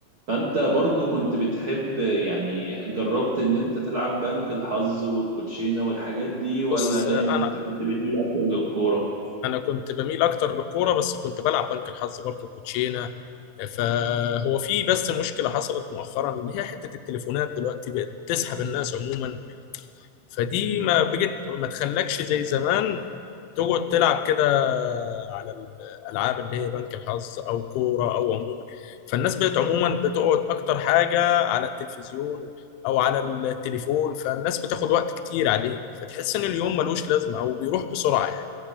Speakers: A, on the right; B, on the left.
A: فانت برضو كنت بتحب يعني جربت ان انت تلعب بنك الحظ والكوتشينة والحاجات دي ولا
B: بص
A: دايما
B: انا
A: انت كنت بتميل اكتر للكورة
B: انا كنت بميل اكتر للكوره بس كنت بلعب بنك الحظ برضه كوتشينه فهو في بس مشكله حصلت مؤخرا اللي هي حته التليفونات دلوقتي بقت تسحب الناس عموما فدي ما بقت ما تخلكش زي زمان تقعد تلعب كده على الالعاب اللي هي بنك الحظ او كوره او عموما فالناس بقت عموما بتقعد اكتر حاجه على التلفزيون او على التليفون فالناس بتاخد وقت كتير عليه فتحس ان اليوم ملوش لازمه او بيروح بسرعه يعني